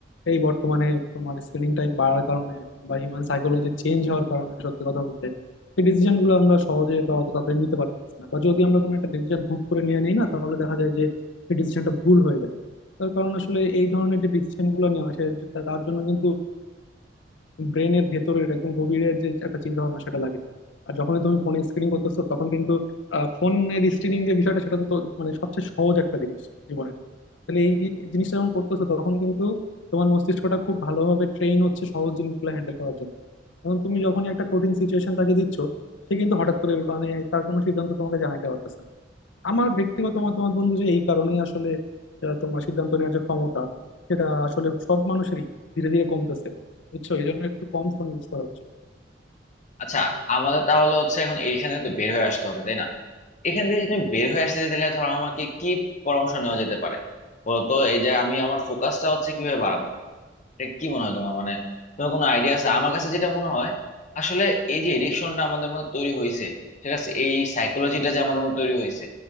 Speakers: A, on the left; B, on the left.
A: এই বর্তমানে তোমার স্ক্রিনিং টাইম বাড়ার কারণে বা হিউম্যান সাইকোলজি চেঞ্জ হওয়ার কারণে সত্যি কথা বলতে এই ডিসিশন গুলো আমরা সহজে বা অত তাড়াতাড়ি নিতে পারতেছি না বা যদি আমরা কোনো একটা ডিসিশন হুট করে নিয়ে নিই না তাহলে দেখা যায় যে সেই ডিসিশনটা ভুল হয়ে যায় তার কারণ আসলে এই ধরনের যে ডিসিশন গুলো নেওয়া হয় সে- তার জন্য কিন্তু ব্রেনের ভেতরের একদম গভীরের যে একটা চিন্তা ভাবনা সেটা লাগে আর যখন তুমি ফোন স্ক্রিনিং করতেছো তখন কিন্তু ফোনের স্ক্রিনিং যে বিষয়টা সেটা তো তো মানে সবচেয়ে সহজ একটা জিনিস জীবনের তাহলে এই এই জিনিসটা যখন করতেছো তখন কিন্তু তোমার মস্তিষ্কটা খুব ভালোভাবে ট্রেন হচ্ছে সহজ জিনিসগুলো হ্যান্ডেল করার জন্য এখন তুমি যখনই একটা কঠিন সিচুয়েশন তাকে দিচ্ছ সে কিন্তু হঠাৎ করে মানে তার কোনো সিদ্ধান্ত তোমাকে জানাইতে পারতেছে না আমার ব্যক্তিগত মতামত বন্ধু যে এই কারণেই আসলে আহ, তোমার সিদ্ধান্ত নেওয়ার যে ক্ষমতা সেটা আসলে সব মানুষেরই ধীরে ধীরে কমতেছে বুঝছো এই জন্য একটু কম ফোন ইউজ করা উচিত
B: আচ্ছা আমাদের তাহলে হচ্ছে এখন এইখানে তো বের হয়ে আসতে হবে তাই না এখান থেকে যদি তুমি বের হয়ে আসতে চাই, তাহলে ধরো আমাকে কি পরামর্শ নেওয়া যেতে পারে বলো তো এই যে আমি আমার ফোকাসটা হচ্ছে কিভাবে বাড়াবো এটা কি মনে হয় তোমার মানে তোমার কোনো আইডিয়া আছে আমার কাছে যেটা মনে হয় আসলে এই যে এডিকশনটা আমাদের মধ্যে তৈরি হয়েছে ঠিক আছে এই সাইকোলজিটা যে আমাদের মধ্যে তৈরি হয়েছে